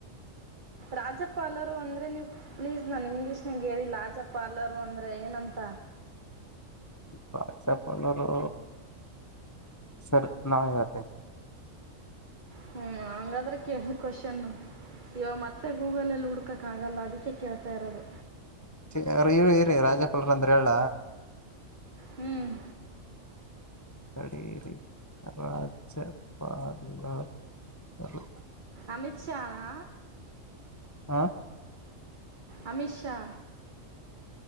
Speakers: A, on the right; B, on the left.
A: ರಾಜ್ಯಪಾಲರು ಅಂದ್ರೆ ನೀವು ಪ್ಲೀಸ್ ನನ್ ಇಂಗ್ಲೀಷ್ನಾಗ ಹೇಳಿ ರಾಜ್ಯಪಾಲರು ಅಂದ್ರೆ ಏನಂತ.
B: ರಾಜ್ಯಪಾಲರು. ಸರಿ ನಾಳೆ ಹೇಳ್ತೀನಿ.
A: ಹ್ಮ್ ಹಂಗಾದ್ರೆ ಕೇಳಿ ಕ್ವೆಶ್ಚನ್ ಇವಾಗ ಮತ್ತೆ ಗೂಗಲ್ ನಲ್ಲಿ ಹುಡ್ ಕ್ಕಾಗಲ್ಲ ಅದಕ್ಕೆ ಕೇಳ್ತಾ ಇರೋದು.
B: ಇವ ಇರಿ ಇರಿ ರಾಜ್ಯಪಾಲರು ಅಂದ್ರೆ ಹೇಳ.
A: ಹ್ಮ್
B: ತಡಿ ಇರಿ ರಾ ಜ್ಯಾ ಪಾ ಲ ರು ಹ್ಹ
A: ಅಮಿತ್ ಶಾ ನ.
B: ಹಾ
A: ಅಮಿತ ಶಾ.